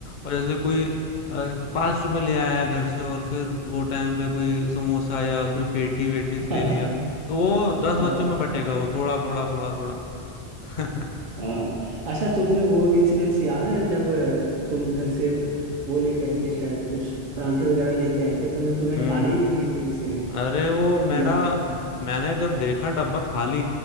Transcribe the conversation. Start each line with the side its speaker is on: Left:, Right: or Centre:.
Left: और जैसे कोई अ, पाँच रुपए ले आया घर से और फिर वो टाइम पे कोई समोसा या कोई पेटी वेटीस
Right: <laughs>
Left: ले लिया तो वो दस
Right: हाँ
Left: बच्चों में बटेगा वो थोड़ा थोड़ा थोड़ा थोड़ा <laughs>
Right: हाँ अच्छा तुम्हें वो इंसिडेंस याद है जब अ, तुम घर से वो लेके आए थे शायद कुछ परांठे वगैरह लेके आए थे तो फिर तुम्हें
Left: हम्म
Right: खाने ही नहीं दिए थे किसी ने
Left: अरे वो मेरा
Right: यार
Left: मैंने जब देखा डब्बा खाली